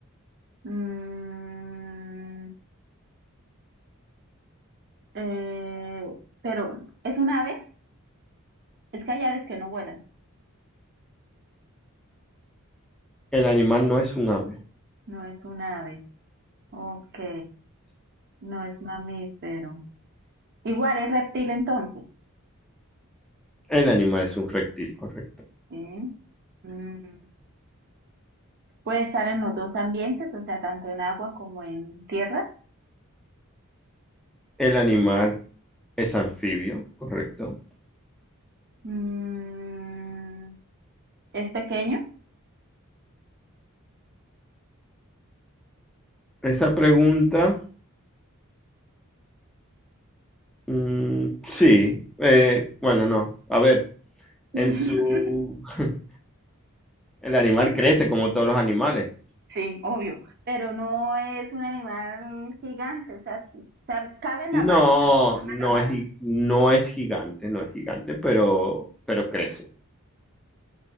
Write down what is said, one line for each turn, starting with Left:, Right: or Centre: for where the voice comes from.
Right: Mm, eh, pero, ¿es un ave? Es que hay aves que no vuelan.
Centre: El animal no es un ave.
Right: No es un ave, ok. No es mamífero. Igual es reptil entonces,
Centre: El animal es un reptil, correcto.
Right: ¿sí? Mm, puede estar en los dos ambientes, o sea, tanto en agua como en tierra.
Centre: El animal es anfibio, correcto.
Right: Mm, ¿es pequeño?
Centre: Esa pregunta, mm, sí. eh, bueno, no. A ver, en
Right: <laughs>
Centre: su... <laughs> El animal crece como todos los animales.
Right: Sí, obvio, pero no es un animal gigante, o sea, sí, o sea, cabe en
Centre: No,
Right: la mano, la palma
Centre: no
Right: de la mano.
Centre: es, gi- no es gigante, no es gigante, pero, pero crece.